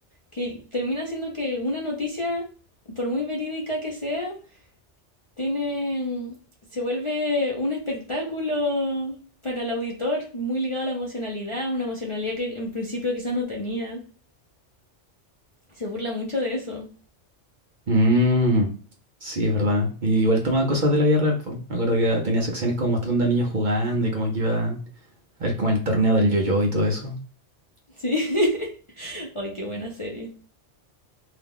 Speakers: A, on the left; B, on the right.
A: que termina siendo que una noticia, por muy verídica que sea, tiene, se vuelve un espectáculo para el auditor muy ligado a la emocionalidad, una emocionalidad que en principio quizás no tenía. Se burla mucho de eso.
B: Mm, sí, es verdad. Y igual tomaba cosas de la vida real, po. Me acuerdo que tenía secciones como mostrando a niños jugando y como que iba a ver como el torneo del yo-yo y todo eso.
A: Sí. <laughs> Ay, qué buena serie.